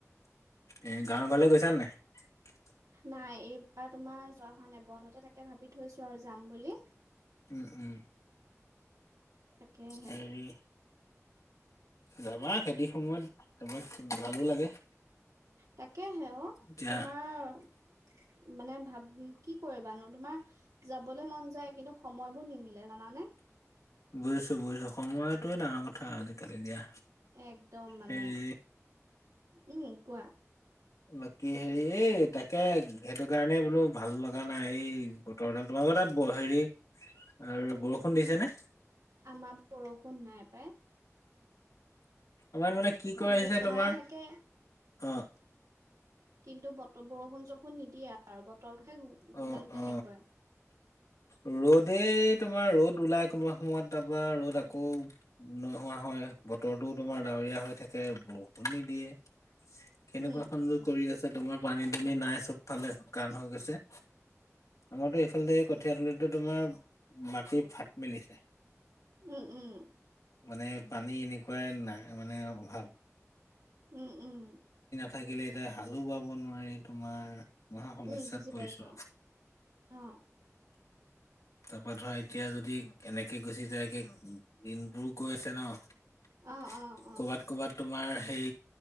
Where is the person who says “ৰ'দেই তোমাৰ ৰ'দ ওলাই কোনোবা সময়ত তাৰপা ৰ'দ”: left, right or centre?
Left